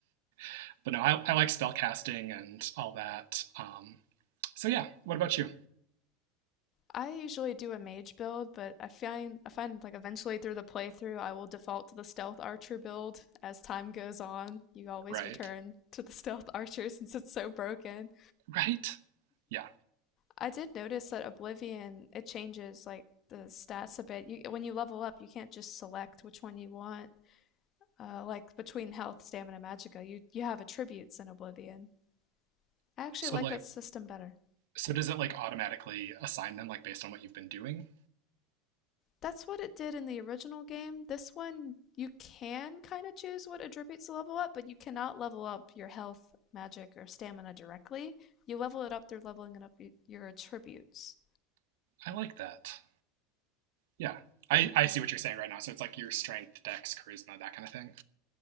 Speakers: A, on the right; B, on the left.
A: <laughs> but no, I, I like spell casting and all that. Um, so yeah, what about you?
B: I usually do a mage build, but I find I find like eventually through the playthrough I will default to the stealth archer build as time goes on. You always
A: Right,
B: return to the <laughs> stealth archer since it's so broken.
A: right, yeah.
B: I did notice that Oblivion it changes like the stats a bit. You when you level up, you can't just select which one you want. Uh, like between health, stamina, magicka, you you have attributes in Oblivion. I actually
A: So
B: like
A: like,
B: that system better.
A: so does it like automatically assign them like based on what you've been doing?
B: That's what it did in the original game. This one, you can kind of choose what attributes to level up, but you cannot level up your health, magic, or stamina directly. You level it up through leveling it up your attributes.
A: I like that. Yeah. I, I see what you're saying right now. So it's like your strength, dex, charisma, that kind of thing.